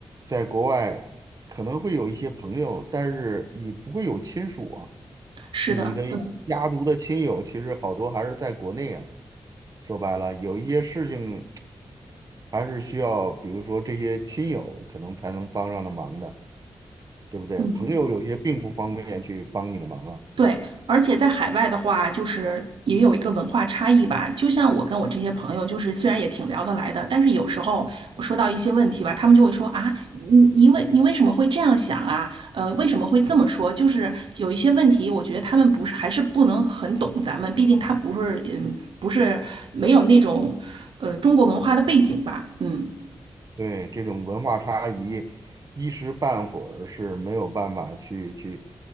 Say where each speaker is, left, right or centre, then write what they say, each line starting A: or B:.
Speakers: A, on the right (about 45°); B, on the right (about 80°).
A: 在国外可能会有一些朋友，但是你不会有亲属啊。
B: 是的，
A: 你的家族的亲友其实好多还是在国内啊。
B: 对，
A: 说白了，有一些事情还是需要，比如说这些亲友可能才能帮上的忙的，对不对？
B: 嗯。
A: 朋友有些并不方便去帮你的忙啊。
B: 对，而且在海外的话，就是也有一个文化差异吧。就像我跟我这些朋友，就是虽然也挺聊得来的，但是有时候我说到一些问题吧，他们就会说啊，你你为你为什么会这样想啊？呃，为什么会这么说？就是有一些问题，我觉得他们不是还是不能很懂咱们，毕竟他不是嗯不是没有那种呃中国文化的背景吧，嗯。
A: 对，这种文化差异，一时半会儿是没有办法去去